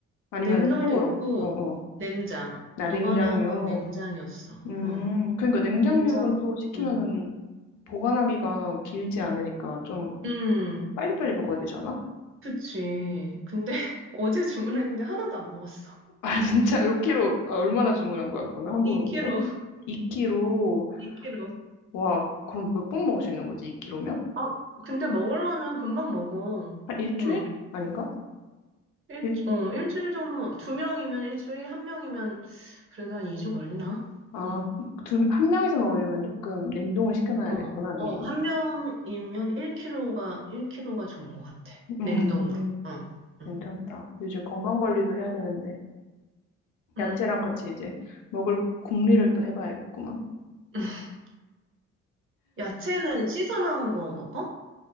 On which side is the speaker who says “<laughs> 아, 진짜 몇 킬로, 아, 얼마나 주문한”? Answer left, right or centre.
Left